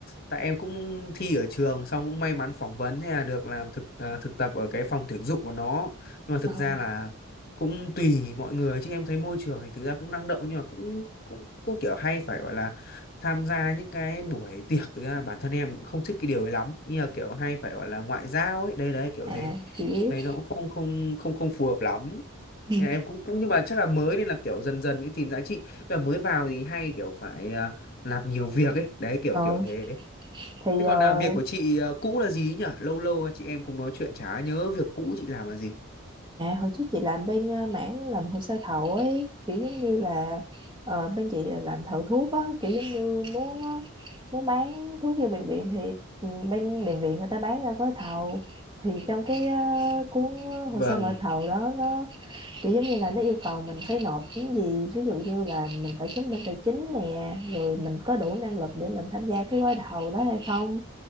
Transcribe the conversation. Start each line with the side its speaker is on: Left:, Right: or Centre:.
Left: tại em cũng thi ở trường xong cũng may mắn phỏng vấn thế là được làm thực à, thực tập ở cái phòng tuyển dụng của nó nhưng mà
Right: Ờ,
Left: thực ra là cũng tùy mọi người chứ em thấy môi trường thì thực ra cũng năng động nhưng mà cũng cũng cũng kiểu hay phải gọi là tham gia những cái buổi tiệc thực ra bản thân em cũng không thích cái điều ấy lắm như là kiểu hay phải gọi là ngoại giao ấy đây đấy kiểu
Right: à,
Left: thế
Right: chị biết.
Left: thấy nó cũng không không không không phù hợp lắm
Right: Ừ.
Left: Thế là em cũng, cũng nhưng mà chắc là mới nên là kiểu dần dần mới tìm giá trị và mới vào thì hay kiểu phải ờ, làm nhiều việc ấy đấy kiểu
Right: Ờ,
Left: kiểu thế
Right: thì
Left: thế còn
Right: ờ,
Left: à, việc của chị à, cũ là gì ấy nhỉ lâu lâu chị em không nói chuyện chả nhớ việc cũ chị làm là gì
Right: À, hồi trước chị làm bên ờ, mảng làm hồ sơ thầu ấy kiểu giống như là ờ, bên chị là làm thầu thuốc á kiểu giống như muốn ờ, muốn bán thuốc cho bệnh viện thì ừ, bên bệnh viện người ta bán ra gói thầu thì trong cái ờ, cuốn hồ
Left: vâng
Right: sơ mời thầu đó nó kiểu giống như là nó yêu cầu mình phải nộp những gì ví dụ như là mình phải chứng minh tài chính nè rồi mình có đủ năng lực để mình tham gia cái gói thầu đó hay không